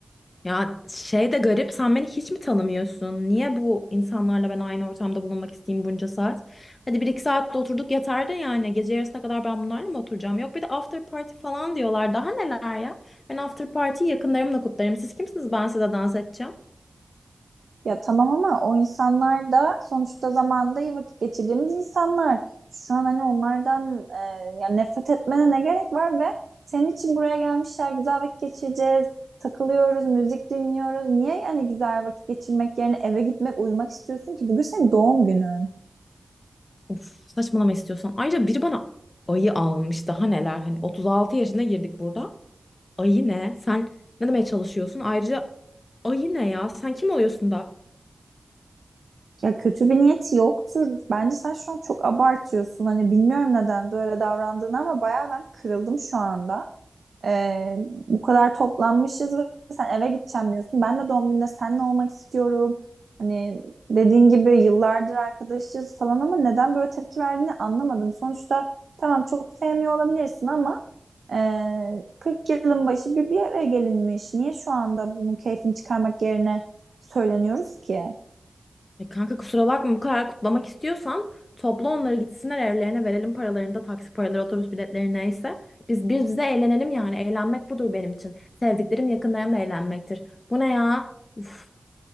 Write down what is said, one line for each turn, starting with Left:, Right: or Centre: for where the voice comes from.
Left: Ya şey de garip sen beni hiç mi tanımıyorsun? Niye bu insanlarla ben aynı ortamda bulunmak isteyeyim bunca saat? Hadi bir iki saat de oturduk yeter de yani gece yarısına kadar ben bunlarla mı oturacağım? Yok bir de after party falan diyorlar daha neler ya? Ben after party'yi yakınlarımla kutlarım. Siz kimsiniz ben size dans edeceğim?
Right: Ya tamam ama o insanlar da sonuçta zamanında iyi vakit geçirdiğimiz insanlar. Şu an hani onlardan e, yani nefret etmene ne gerek var ve senin için buraya gelmişler güzel vakit geçireceğiz. Takılıyoruz, müzik dinliyoruz. Niye yani güzel vakit geçirmek yerine eve gitmek, uyumak istiyorsun ki? Bugün senin doğum günün.
Left: Of saçmalama istiyorsan. Ayrıca biri bana ayı almış daha neler hani 36 yaşına girdik burada. Ayı ne? Sen ne demeye çalışıyorsun? Ayrıca ayı ne ya? Sen kim oluyorsun da?
Right: Ya kötü bir niyeti yoktur. Bence sen şu an çok abartıyorsun. Hani bilmiyorum neden böyle davrandığını ama bayağı ben kırıldım şu anda. Ee, bu kadar toplanmışız ve sen eve gideceğim diyorsun. Ben de doğum gününde seninle olmak istiyorum. Hani dediğin gibi yıllardır arkadaşız falan ama neden böyle tepki verdiğini anlamadım. Sonuçta tamam çok sevmiyor olabilirsin ama e, 40 yılın başı bir bir araya gelinmiş. Niye şu anda bunun keyfini çıkarmak yerine söyleniyoruz ki?
Left: E kanka kusura bakma bu kadar kutlamak istiyorsan topla onları gitsinler evlerine verelim paralarını da taksi paraları otobüs biletleri neyse. Biz biz bize eğlenelim yani eğlenmek budur benim için. Sevdiklerim yakınlarımla eğlenmektir. Bu ne ya? Uf,